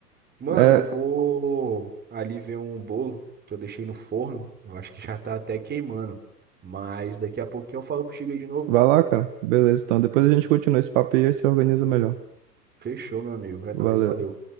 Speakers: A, on the right; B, on the right.
A: Mano,
B: É.
A: eu vou ali ver um bolo que eu deixei no forno. Eu acho que já tá até queimando. Mas daqui a pouquinho eu falo contigo aí de novo.
B: Vai lá, cara. Beleza, então depois a gente continua esse papo e aí se organiza melhor.
A: Fechou, meu amigo. É
B: Valeu.
A: nóis, valeu.